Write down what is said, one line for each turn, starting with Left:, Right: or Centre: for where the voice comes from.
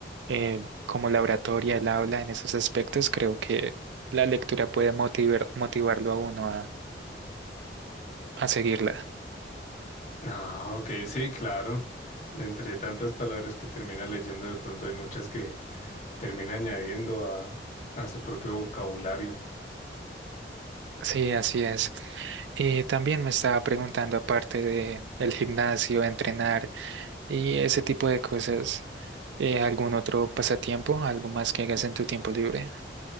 Right: eh, como la oratoria, el habla en esos aspectos, creo que la lectura puede motivar, motivarlo a uno a seguirla.
Left: Ah, ok, sí, claro. De entre tantas palabras que termina leyendo, de pronto hay muchas que termina añadiendo a, a su propio vocabulario.
Right: Sí, así es. Y también me estaba preguntando, aparte de el gimnasio, entrenar y ese tipo de cosas, eh, ¿algún otro pasatiempo, algo más que hagas en tu tiempo libre?